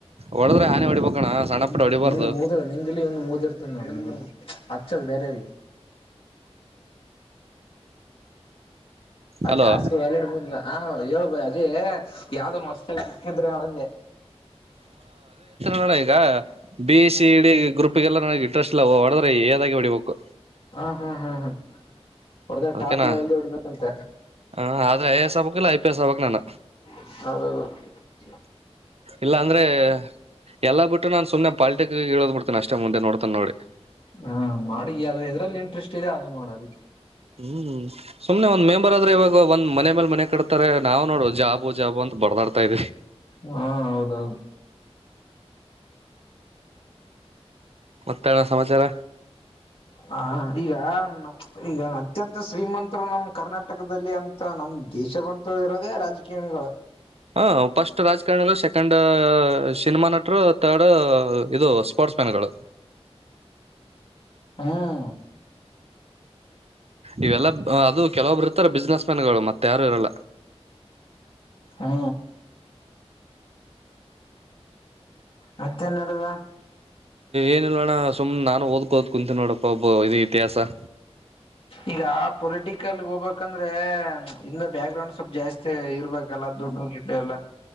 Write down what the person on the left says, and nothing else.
ನಿಂದು
ನಿಂದು ಮುದ ನಿಂದಿಲಿ ಒಂದು ಮುದ ಇರ್ತದ ನೋಡ್ರ ಅ ಬರೆಿ ಆ
ಟಾಸ್ಕ್ ವ್ಯಾಲ ಇಡ್ಬ ಹೇಳಳ್ಬ ಅದೇ ಯಾವ್ದೊನ್ಸ್ ಂದ್ರಳಂದೆ
ಹಾ ಹಾ ಹಾ ಹಾ ಹೊಡದ
ಟಾಪ್ ಲೆವೆಲ್ದ ಹೊಡಿಬೇಕಂತೆ
ಹ
ಹಾ ಮಾಡ ಇದ್ರಲ್ಲಿ ಇಂಟ್ರೆಸ್ಟ್ ಇದೆ ಅದು ಮಾಡದು
ಹಾ ಹೌದೌದು
ಹ ಹ ಈಗ ಈಗ ಅತ್ಯಂತ ಶ್ರೀಮಂತರು ನಮ ಕರ್ನಾಟಕದಲ್ಲಿ ಅಂತ ನಮ ದ ವಿಷ ಬಂತ ಇರೋದೇ ರಾಜಕೀಣಿಗಳು
ಹ್ಮ್
ಹಾ ಮತ್ತೇನ್ಡದ
ಈಗ ಪೊಲಿಟಿಕಲ್ ಹೋಗಬೇಕಂದ್ರೆ ಇಂದ ಬ್ಯಾಕ್ ಗ್ರೌಂಡ್ ಸ್ವಲ್ ಜಾಸ್ತಿ ಇರ್ಬೇಕಲ್ಲ ದುಡ್ಡು ಹಿಟ್ಟೇ ಅಲ್ಲೇ